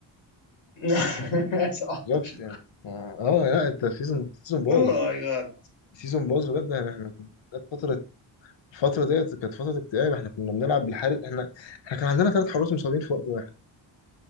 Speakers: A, on the left; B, on the left.
A: <laughs> 17
B: بالظبط يعني اه آه، لا انت سيزون سيزون باظ
A: اوه ماي جاد
B: سيزون باظ بجد يعني احنا كنا جت فترة الفترة ديت كانت فترة اكتئاب احنا كنا بنلعب بالحارس احنا احنا كان عندنا ثلاث حراس مصابين في وقت واحد